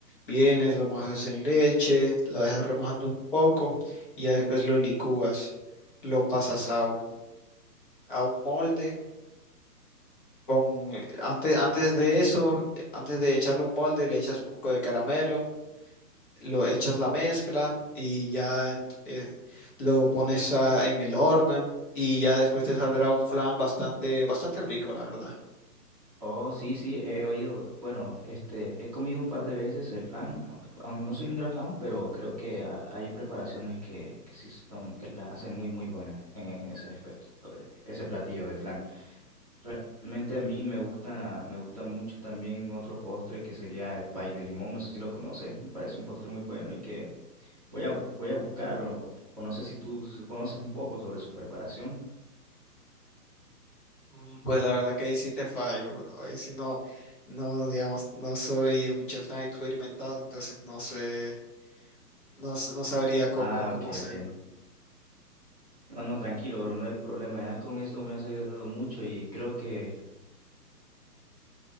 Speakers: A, on the left; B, on the right.
A: vienes, lo mojas en leche, lo dejas remojando un poco y ya después lo licúas, lo pasas a un, a un molde. Con, antes, antes de eso, antes de echarle un molde, le echas un poco de caramelo lo echas la mezcla y ya ent- eh, lo pones a- en el horno y ya después te saldrá un flan bastante, bastante rico, la verdad.
B: Oh, sí, sí, he oído. Bueno, este, he comido un par de veces el flan. a- Aún no soy un gran fan, pero creo que ha- hay preparaciones que, que sí son, que la hacen muy, muy buenas en, e, en ese aspecto de ese platillo del flan. Realmente a mí me gusta, me gusta mucho también otro postre que sería el pay de limón. No sé si lo conoces, me parece un postre muy bueno y que voy a, bus- voy a buscar o, o no sé si tú s- conoces un poco sobre su preparación.
A: Mm, Pues la verdad que ahí sí te fallo, bro. Ahí sí no, no, digamos, no soy un chef tan experimentado, entonces no sé, no, s- no sabría cómo,
B: Ah,
A: cómo
B: ok,
A: hacerlo.
B: ok. No, no, tranquilo, bro, no hay problema. Ya con esto me has ayudado mucho y creo que